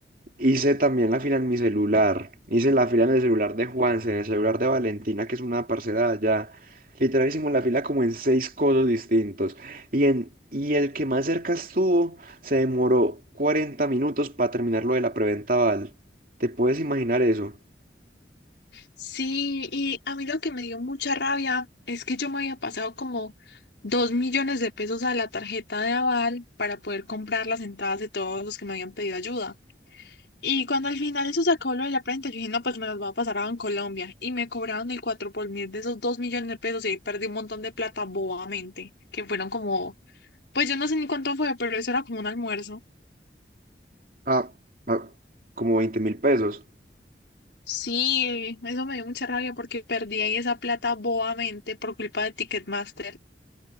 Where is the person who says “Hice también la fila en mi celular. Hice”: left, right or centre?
Right